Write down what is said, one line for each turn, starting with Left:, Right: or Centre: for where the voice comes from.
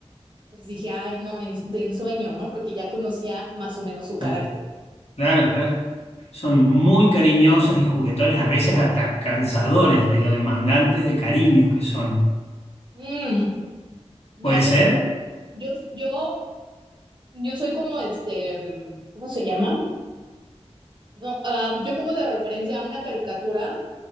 Right: Pues dije, ay, no, en- de ensueño, ¿no? Porque ya conocía más o menos su carácter.
Left: claro, claro, claro. Son muy cariñosos y juguetones, a veces hasta cansadores de lo demandantes de cariño que son.
Right: Mm, no,
Left: ¿Puede
Right: yo,
Left: ser?
Right: no,
Left: <laughs>
Right: yo, yo, yo soy como este, mm, ¿cómo se llama? No, ah, yo pongo de referencia a una caricatura